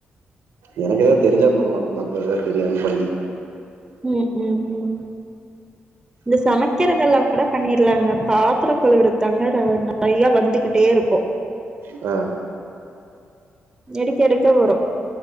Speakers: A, on the right (about 80°); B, on the right (about 15°).
A: எனக்கு எதா தெரிஞ்சா பண்லா நாம்ப எ தெரியாம பண்ணி
B: ம் ம் ம் இந்த சமைக்கிறதெல்லா கூட பண்ணிர்லாங்க பாத்ரோ கழுவுற தாங்க நெறைய வந்துகிட்டே இருக்கு
A: ஆ
B: எடுக்க எடுக்க வரு